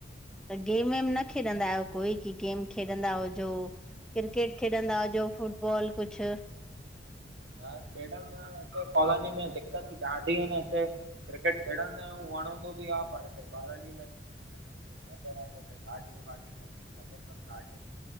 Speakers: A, in the centre; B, on the right (about 85°).
A: त गेम वेम न खेॾंदा आहियो कोई की गेम खेॾंदा हुजो क्रिकेट खेॾंदा हुजो फुटबॉल कुझु
B: न खेॾंदो न आहिया हिते कॉलोनी में दिक़त बि ॾाढी इन हिते क्रिकेट खेॾंदा आहियूं वणंदो बि आ पर हिते कालोनी में हिते हर घर ते गाॾियूं वाॾियूं सभिंन वट